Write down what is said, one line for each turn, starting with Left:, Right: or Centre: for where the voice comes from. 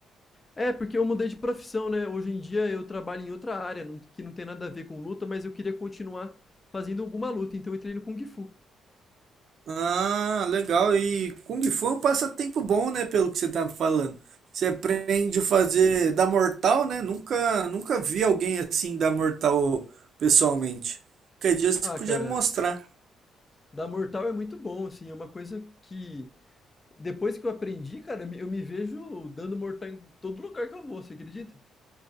Left: É, porque eu mudei de profissão, né? Hoje em dia eu trabalho em outra área, não- que não tem nada a ver com luta, mas eu queria continuar fazendo alguma luta, então eu entrei no Kung Fu.
Right: Ah, legal. E Kung Fu é um passatempo bom, né? Pelo que você tá falando. Você aprende a fazer dar mortal, né? Nunca, nunca vi alguém assim dar mortal pessoalmente. Qualquer dia você
Left: Ah,
Right: podia
Left: cara,
Right: me mostrar.
Left: dar mortal é muito bom, assim, é uma coisa que depois que eu aprendi, cara, eu me eu me vejo dando mortal em todo lugar que eu vou, você acredita?